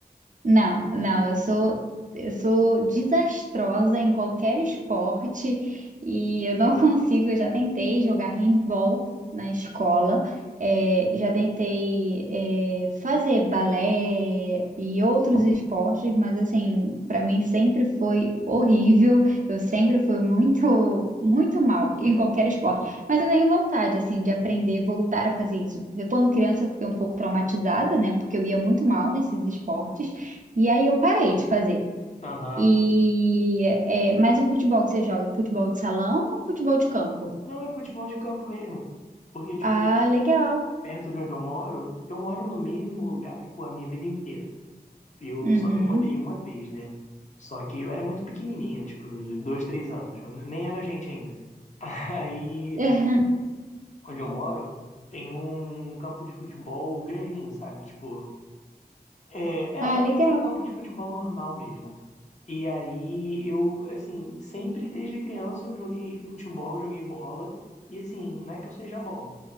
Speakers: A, on the right; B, on the left.
A: Não, não, eu sou eu sou desastrosa em qualquer esporte e eu não <laughs> consigo. Eu já tentei jogar handball na escola, eh, já tentei eh, fazer balé e outros esportes, mas assim, para mim sempre foi horrível. Eu sempre fui muito muito mal em qualquer esporte. Mas eu tenho vontade assim de aprender, voltar a fazer isso, porque quando criança eu fiquei um pouco traumatizada, né? Porque eu ia muito mal nesses esportes. E aí eu parei de fazer.
B: Aham.
A: E é, mas o futebol que você joga, é futebol de salão ou futebol de campo?
B: Não, é futebol de campo mesmo. Porque, tipo,
A: Ah, legal.
B: perto de onde eu moro, eu moro no mesmo lugar, tipo, a minha vida inteira. Eu
A: Uhum.
B: só me mudei uma vez, né? Só que eu era muito pequenininho, tipo, uns dois, três anos. Eu nem era gente ainda. <laughs> Aí,
A: <laughs>
B: onde eu moro, tem um campo de futebol grandinho, sabe? Tipo, É, é
A: Ah,
B: o tamanho
A: legal.
B: de um campo de futebol normal mesmo. E aí eu, assim, sempre desde criança eu joguei futebol, joguei bola. E assim, não é que eu seja bom,